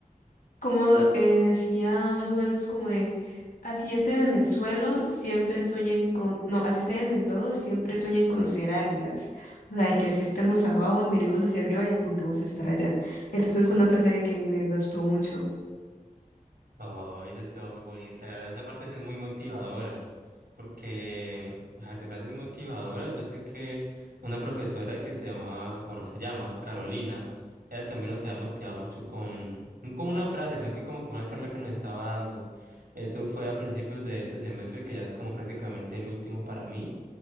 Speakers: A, on the left; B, on the right.
A: como eh, decía, más o menos como de, así estén en el suelo, siempre sueñen con, no, así estén en el lodo, siempre sueñen con ser águilas. O sea, de que así estemos abajo, miremos hacia arriba y apuntemos a estar allá. Entonces fue una frase que me gustó mucho.
B: Oh, eso estuvo muy bonita. La verdad, esa parte sí es muy motivadora. Porque, a ver, de frases motivadoras, yo sé que una profesora que se llamaba, bueno, se llama Carolina, ella también nos había motivado mucho con, no con una frase, sino que como con una charla que nos estaba dando. Eso fue a principios de este semestre, que ya es como prácticamente el último para mí.